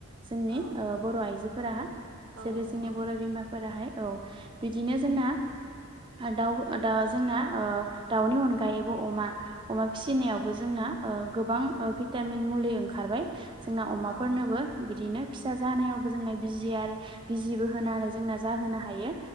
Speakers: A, on the right; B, on the right.
A: जोंनि
B: औ
A: ओ बर' आइजोफोरा
B: औ
A: जेरै
B: नंगौ
A: जोंनि बर' बिमाफोराहाय औ बिदिनो जोंना दाउ दाउआ जोंना ओ दाउनि अनगायैबो अमा अमा फिसिनायावबो जोंना गोबां भिटामिन मुलि ओंखारबाय जोंना अमाफोरनोबो
B: औ
A: बिदिनो फिसा जानायावबो जोंना बिजि आरो बिजिबो होनानै जोंना जाहोनो हायो।